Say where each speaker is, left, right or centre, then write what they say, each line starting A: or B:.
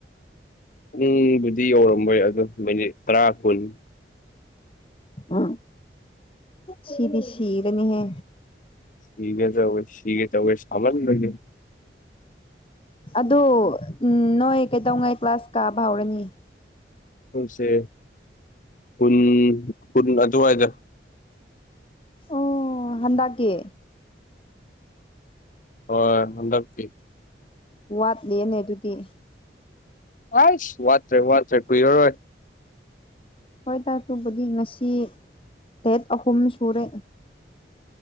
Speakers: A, on the left (about 45°); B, on the left (about 30°).
A: ꯄꯨꯡꯕꯨꯗꯤ ꯌꯧꯔꯝꯃꯣꯏ ꯑꯣ ꯃꯤꯅꯤꯠ ꯇꯔꯥ ꯀꯨꯟ
B: ꯑ ꯁꯤꯗꯤ ꯁꯤꯔꯅꯤꯍꯦ
A: ꯁꯤꯒꯦ ꯆꯋ ꯁꯤꯒꯦ ꯆ ꯋꯁ ꯊꯝꯕꯜ ꯅꯦ
B: ꯑꯗꯣ ꯎꯝ ꯅꯣꯏ ꯀꯩꯗꯧꯉꯩ ꯀ꯭ꯂꯥꯁ ꯀꯥꯕ ꯍꯧꯔꯅꯤ
A: ꯁꯦ ꯄꯨꯟ ꯄꯨꯟ ꯑꯊꯋꯥꯏꯗ
B: ꯑꯣ ꯍꯟꯗꯛꯀꯤ
A: ꯑꯣ ꯍꯟꯗꯛꯄꯤ
B: ꯋꯥꯠꯂꯅꯦ ꯑꯗꯨꯗꯤ
A: ꯑꯁ ꯋꯥꯠꯇ꯭ꯔꯦ ꯋꯥꯠꯇ꯭ꯔꯦ ꯀꯨꯏꯔꯔꯣꯏ
B: ꯍꯣꯏ ꯇꯥꯛ ꯇꯕꯨꯗꯤ ꯉꯁꯤ ꯗꯦꯠ ꯑꯍꯨꯝ ꯁꯨꯔꯦ